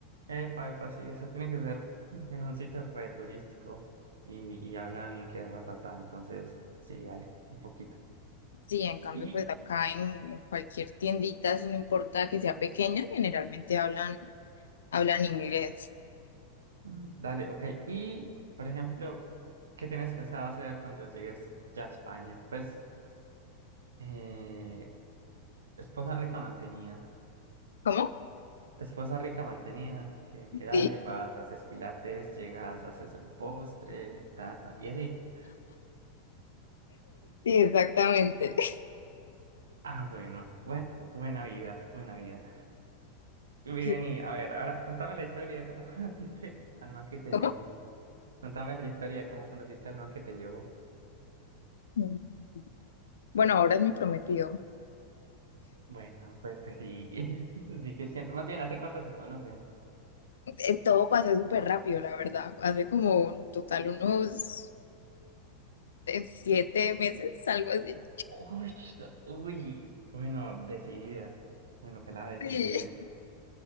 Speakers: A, on the right; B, on the left.
A: Epa, epa, sí, o sea, tiene que ser en un sitio re turístico y, y hablan inglés ratatá, entonces sí, dale, un poquito.
B: Sí, en cambio,
A: Y
B: pues acá en, en cualquier tiendita, si no importa que sea pequeña, generalmente hablan, hablan inglés.
A: mm, dale, ok. Y, por ejemplo, ¿qué tienes pensado hacer cuando llegues ya a España? Pues, eh, esposa rica mantenida.
B: ¿Cómo?
A: Esposa rica mantenida, que, que dale,
B: Sí,
A: vas, haces pilates, llegas, haces un postre, ta, ta, y así.
B: sí, exactamente. <laughs>
A: Ah, bueno, bueno, buena vida, buena vida. Vi,
B: Sí.
A: vení, a ver, ahora contame la historia de cómo <laughs> conociste al man que te
B: ¿Cómo?
A: llevó. Contame la historia de cómo conociste al man que te llevó.
B: Mm. Bueno, ahora es mi prometido.
A: Bueno, pues, pues sí, <laughs> sí que siendo. Más bien, ¿hace cuánto se conocen?
B: Eh, Todo pasó súper rápido, la verdad. Hace como en total unos eh, siete meses, algo así.
A: Uy, uy, bueno, decidida. Bueno, la decidida.
B: Sí,